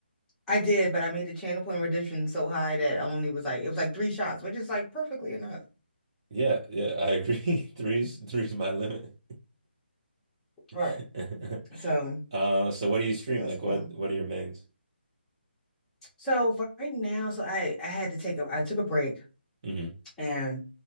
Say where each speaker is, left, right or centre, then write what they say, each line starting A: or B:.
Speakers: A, in the centre; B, on the right.
A: I did, but I made the channel point redemption so high that I only was like it was like three shots, which is like perfectly enough.
B: Yeah, yeah, I agree. <laughs> Three's three's my limit. <laughs>
A: Right. So
B: Uh, so what do you stream?
A: that's
B: Like,
A: cool.
B: what what are your mains?
A: So right now, so I I had to take a I took a break
B: hmm
A: and